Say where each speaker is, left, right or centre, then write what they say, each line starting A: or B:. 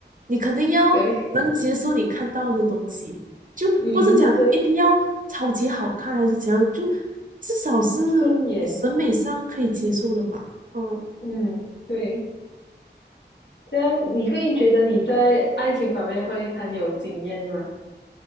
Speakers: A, on the right; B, on the left.
A: 你肯定要能接受你看到的东西，
B: 对，
A: 就不是讲一定要超级好看还是怎样，
B: 嗯，对，
A: 就至少是
B: 顺眼，
A: 你审美上可以接受的吧。嗯，
B: 嗯，对，这样你会觉得你在爱情方面会很有经验吗？